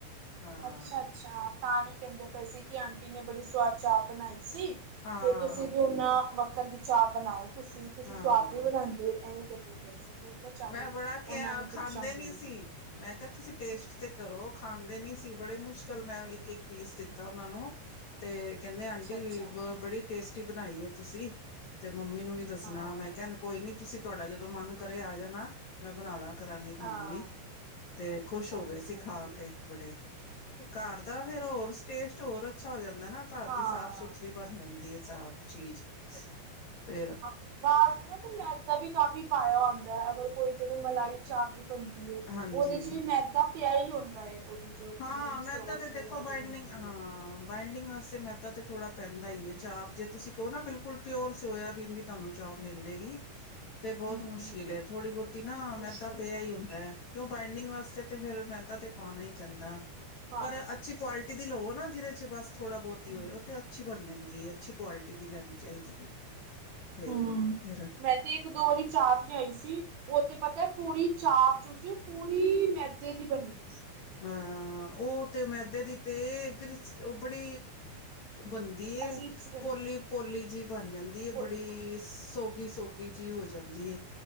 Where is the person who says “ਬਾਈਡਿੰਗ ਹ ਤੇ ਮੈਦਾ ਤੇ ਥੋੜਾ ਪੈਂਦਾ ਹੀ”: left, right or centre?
Left